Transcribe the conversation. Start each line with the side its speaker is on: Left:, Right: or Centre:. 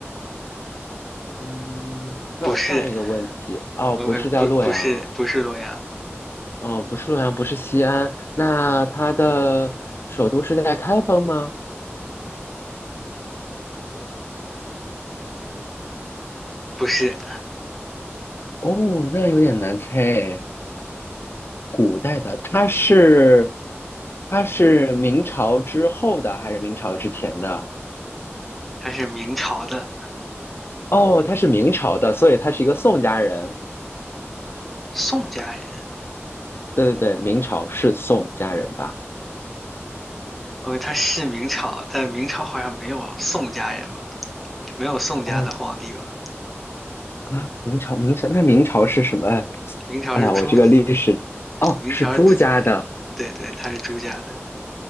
Left: 嗯，那我换一个问题。
Centre: 不是
Left: 哦，
Centre: ，OK，
Left: 不是在洛阳，
Centre: 不不是不是洛阳，
Left: 嗯，不是洛阳，不是西安，那它的首都是在开封吗？
Centre: 不是，
Left: 哦，那有点难猜。古代的，它是它是明朝之后的还是明朝之前的？
Centre: 他是明朝的
Left: 哦，他是明朝的，所以他是一个宋家人。
Centre: 宋家人
Left: 对对对，明朝是宋家人吧？
Centre: ，OK，他是明朝，但明朝好像没有宋家人吧，没有宋家的皇帝吧，
Left: 哦啊，明朝明朝，那明朝是什么？
Centre: 明朝是朱，
Left: 哎呀，我这个历史哦，
Centre: 明朝
Left: 是朱家的
Centre: 对对，他是朱家的，